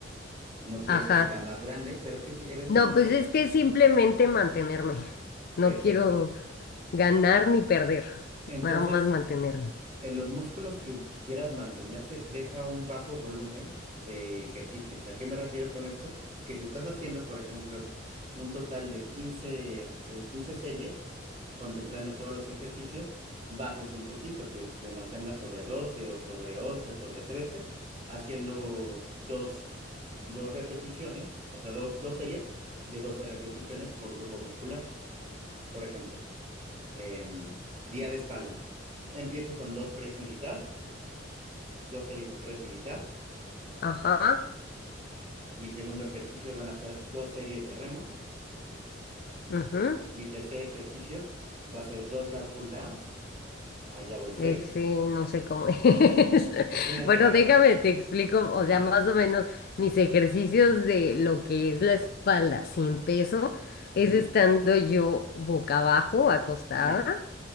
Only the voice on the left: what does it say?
Ajá.
No, pues es que simplemente mantenerme. <laughs> No
quiero ganar ni perder.
Nada más mantenerme.
Ajá.
ujú.
Ese
no sé cómo <laughs> es.
Bueno,
déjame, te explico, o sea,
más o menos mis ejercicios de lo que es la espalda sin peso es
estando yo boca abajo, acostada.